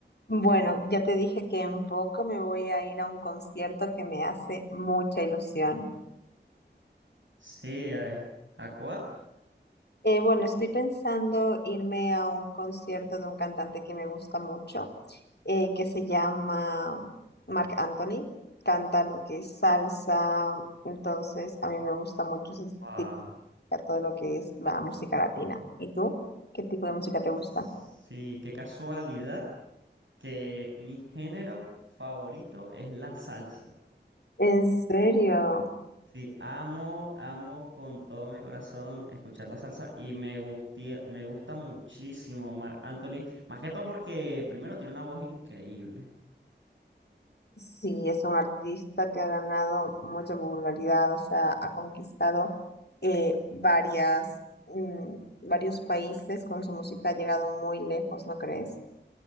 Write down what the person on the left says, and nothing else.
Bueno, ya te dije que en poco me voy a ir a un concierto que me hace mucha ilusión.
Eh, bueno, estoy pensando irme a un concierto de un cantante que me gusta mucho, eh, que se llama Marc Anthony. Canta lo que es salsa, entonces a mí me gusta mucho ese-
todo lo que es la música latina. ¿Y tú? ¿Qué tipo de música te
gusta?
¿En serio?
Sí, es un artista que ha ganado mucha popularidad, o sea, ha conquistado eh, varias, mm, varios países con su música, ha llegado muy lejos, ¿no crees?